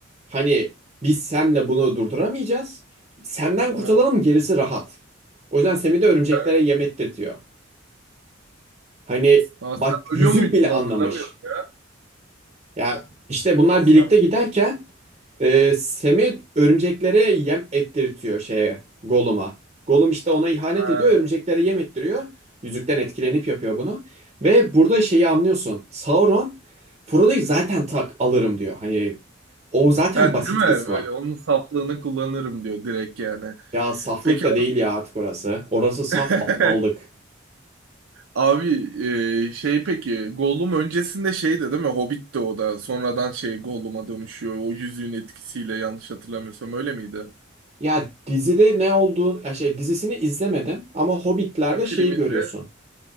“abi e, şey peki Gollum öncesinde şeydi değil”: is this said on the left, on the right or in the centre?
Right